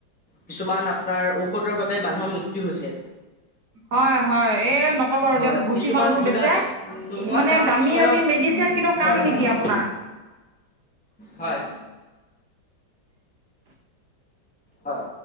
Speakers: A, in the centre; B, on the right.
A: কিছুমান আপোনাৰ ঔষধৰ বাবে মানুহৰ মৃত্যু হৈছে।
B: হয় হয় এই, নকব আৰু
A: হয়
B: দিয়ক ভুচি
A: কিছুমান
B: মালবোৰ
A: যোগাযোগ
B: বেচে,
A: নোহোৱা
B: মানে
A: গাঁও
B: দামী
A: কিছুমানত
B: দামী মেডিচিন কিন্তু
A: হয়
B: কাম
A: হয়
B: নিদিয়ে
A: হয়
B: আপোনাৰ।
A: হয়। হয়।